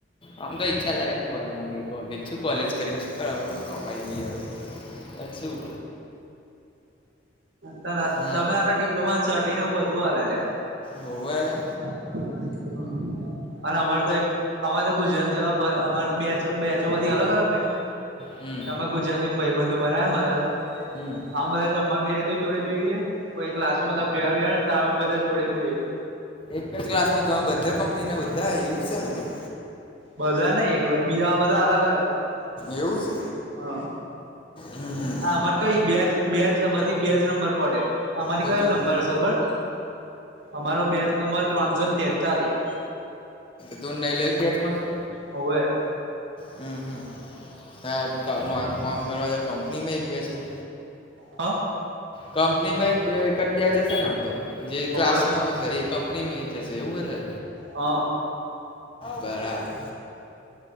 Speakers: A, on the left (about 25°); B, on the right (about 70°).
A: આમ તો ઈચ્છાદાયક <unintelligible> ગઈ કોલેજ શું કોલેજ કરીને શું કર કમાંઈ લીએ પણ શું.
B: તન
A: હમ
B: તમને હારા ડિપ્લોમાને સર્ટિને એવું બધું આલે અલ્યા.
A: હોવે લે.
B: <unintelligible> અને અમાર તો એક અમારે તો ગુજરાતી એવા અમાર બેચ બેચો બધી અલગ અલગ ને.
A: હમ્મ.
B: અમે ગુજરાતી ભાઈબંધ બનાવે બધા.
A: હમ
B: આમ બધા જમવા બેહે તોય જોડે બેહિએ કોઈ ક્લાસમાં બધા ભેળાં બેહાડે ને તા અમે બધા જોડે બેહિએ.
A: એક જ ક્લાસમાં તમે બધા કંપની ના બધા એવું છે ને ની.
B: બધા નઈ એટલે બીજામા બધા અલગ અલગ હોય. એમ
A: એવું છે.
B: હા
A: હમ હમ
B: આ અમારે કઈ બેચ બેચ બધી બેચ નંબર પડે. અમારી
A: તો
B: કયો
A: તું
B: નંબર હશે ખબર અમારો બેચ નંબર ત્રણસો તેતાલીસ.
A: તું નહી <unintelligible> એક બેચમાં છો.
B: હોવે.
A: હમ્મ હમ્મ ત નું આ કોમ કરવા દાવ કંપનીમાં એક બેચનું.
B: હા.
A: કંપની માં બે એક જ બેચ હશેને આમ તો. જે
B: હોવે
A: ક્લાસમાં હશે એ કંપનીમાં જશે એવું બને.
B: હા
A: બરાબર.